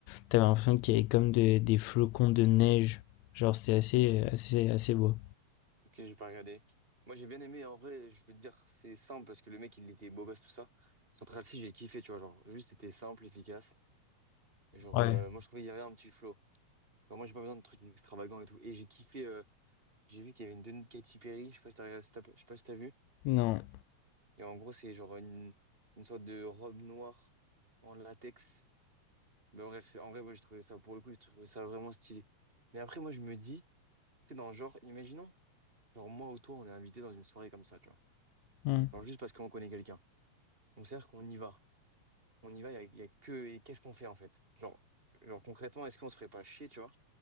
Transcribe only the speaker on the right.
Ok, j'ai pas regardé. Moi, j'ai bien aimé, en vrai, je veux te dire, c'est simple parce que le mec, il était beau gosse, tout ça. Central Cee, j'ai kiffé, tu vois, genre, juste, c'était simple, efficace. Genre,
euh, moi, je trouvais qu'il y avait un petit flow. Genre, moi, j'ai pas besoin de trucs extravagants et tout. Et j'ai kiffé, euh, j'ai vu qu'il y avait une tenue de Katy Perry, je sais pas si t'as, regardé- si t'as- je sais pas si t'as vu.
Et en gros, c'est genre une, une sorte de robe noire en latex. Mais bref, c'est- en vrai, moi, j'ai trouvé ça, pour le coup, j'ai trouvé ça vraiment stylé. Mais après, moi, je me dis, tu sais, dans le genre, imaginons, genre, moi ou toi, on est invité dans une soirée comme ça, tu vois.
Genre, juste parce qu'on connaît quelqu'un. Donc c'est-à-dire qu'on y va. On y va, il y a, y a que... Et qu'est-ce qu'on fait en fait? Genre, genre concrètement, est-ce qu'on se ferait pas chier, tu vois?